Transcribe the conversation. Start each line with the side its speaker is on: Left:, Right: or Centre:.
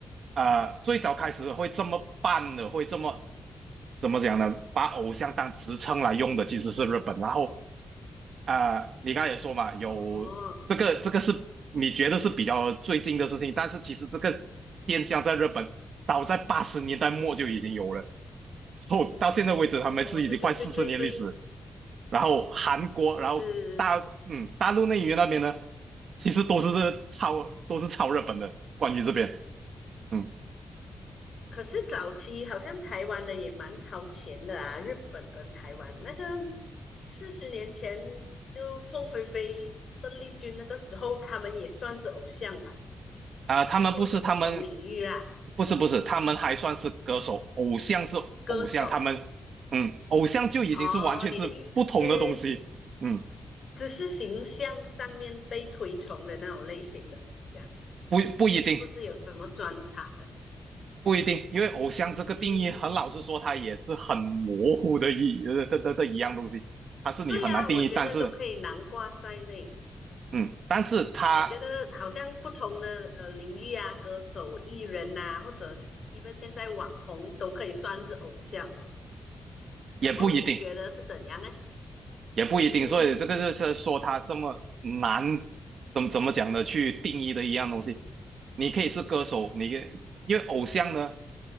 Right: 呃最早开始会这么办的，会这么怎么讲呢？把偶像当职称来用的其实是日本，然后啊、你刚才也说嘛，有这个这个是你觉得是比较最近的事情，
Left: 哦，
Right: 但是其实这个现象在日本早在八十年代末就已经有了，后到现在为止他们是已经快四十年历史。
Left: 哦，对对对对对，
Right: 然后韩国，然后大嗯大陆内娱那边呢，
Left: 是。
Right: 其实都是超都是超日本的，关于这边。嗯。
Left: 可是早期好像台湾的也蛮超前的啊，日本跟台湾那个四十年前就凤飞飞、邓丽君那个时候，他们也算是偶像吧，
Right: 啊、他们不是他们，
Left: 不过是不同领域啦，
Right: 不是不是，他们还算是歌手，偶像是偶像，
Left: 歌手。
Right: 他们嗯，偶像就已经是完全是不同的东西，
Left: 哦，你的意思是
Right: 嗯，
Left: 只是形象上面被推崇的那种类型的偶像，
Right: 不不一定
Left: 不是有什么专长的。
Right: 不一定，因为偶像这个定义，
Left: 嗯，
Right: 很老实说，它也是很模糊的一呃的的的一样东西，它是你很难定义，
Left: 对呀，我觉得都可以囊括在内。
Right: 但是嗯，但是它
Left: 我觉得好像不同的呃领域啊，歌手、艺人呐、或者 even 现在网红都可以算是偶像了。然后你觉得是怎样呢？
Right: 也不一定，也不一定，
Left: 嗯
Right: 所以这个就是说他这么难，怎么怎么讲呢？去定义的一样东西，你可以是歌手，你可以因为偶像呢，